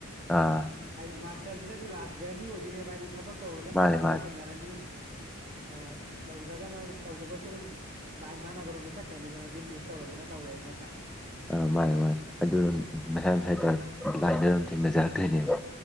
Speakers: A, in the centre; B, on the right (about 35°).
A: ꯑꯥ
B: ꯍꯥꯏꯗꯤ ꯃꯥꯁ ꯍꯧꯖꯤꯅꯗꯤ ꯂꯥꯛ ꯖꯔꯅꯤ ꯑꯣꯏꯗꯣꯏꯅꯦꯕ ꯍꯥꯏꯗꯤ ꯊꯕꯛ ꯇꯧꯔꯒꯅ
A: ꯃꯥꯅꯦ
B: ꯊꯕꯛꯇ
A: ꯃꯥꯅꯦ
B: ꯊꯦꯡꯅꯔꯅꯤ
A: <inaudible>
B: ꯑ ꯇꯧꯗꯔꯒꯅ ꯇꯧꯗꯕꯁꯨ ꯑꯗꯨꯝ ꯂꯥꯏꯟ ꯃꯥꯟꯅꯕꯔꯣꯝꯗ ꯆꯠꯈ꯭ꯔꯅꯤꯗꯅ ꯕꯤꯖꯅꯦꯁ ꯇꯧꯔꯒꯅ ꯇꯧꯋꯦ ꯅꯠꯇꯔꯥ
A: ꯑ ꯃꯥꯌꯦ ꯃꯥꯥꯏ ꯑꯗꯨꯝ ꯃꯁꯥꯏ ꯃꯁꯥꯏꯗ ꯂꯥꯏꯟꯗꯨꯗ ꯑꯗꯨꯝ ꯊꯦꯡꯅꯖꯔꯛꯇꯣꯏꯅꯦꯕ